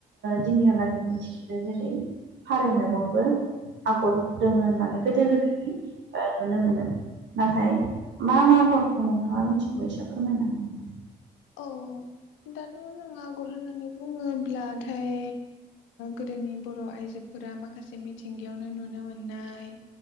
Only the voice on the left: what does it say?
औ औ।
औ औ दाथ' जों आगर होननानै बुङोब्लाथाय गोदोनि बर' आइजो फोर माखासे मिथिंगायावनो नुनो मोननाय